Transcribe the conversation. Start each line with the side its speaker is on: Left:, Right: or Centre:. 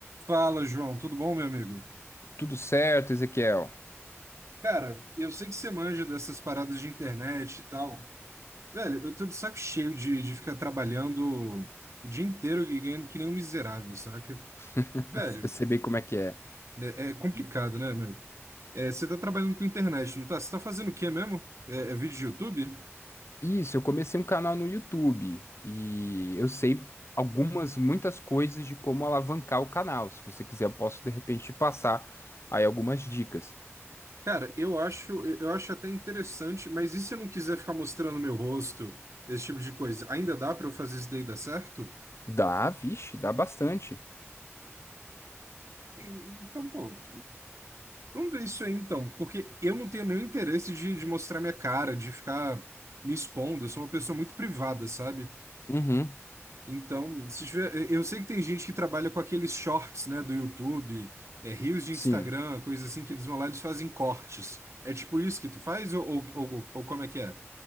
Right: Fala, João, tudo bom, meu amigo?
Left: Tudo certo, Ezequiel?
Right: Cara, eu sei que você manja dessas paradas de internet e tal. Velho, eu tô de saco cheio de, de ficar trabalhando o dia inteiro e ganhando que nem um miserável, saca?
Left: <laughs>
Right: Velho,
Left: Eu sei bem como é que é.
Right: é, é complicado, né, meu? É, você tá trabalhando com internet, não tá? Você tá fazendo o quê mesmo? É, é vídeo de YouTube?
Left: Isso, eu comecei um canal no YouTube e eu sei algumas, muitas coisas de como alavancar o canal. Se você quiser, eu posso de repente te passar aí algumas dicas.
Right: Cara, eu acho, eu eu acho até interessante, mas e se eu não quiser ficar mostrando meu rosto, esse tipo de coisa? Ainda dá pra eu fazer isso daí dar certo?
Left: Dá, vixe, dá bastante.
Right: Então, pô. Vamos ver isso aí então, porque eu não tenho nenhum interesse de, de mostrar minha cara, de ficar me expondo. Eu sou uma pessoa muito privada, sabe?
Left: Uhum.
Right: Então, se tiver, eu sei que tem gente que trabalha com aqueles shorts, né, do YouTube, é, reels de
Left: Sim.
Right: Instagram, coisa assim, que eles vão lá e eles fazem cortes. É tipo isso que tu faz ou, ou, ou, ou como é que é?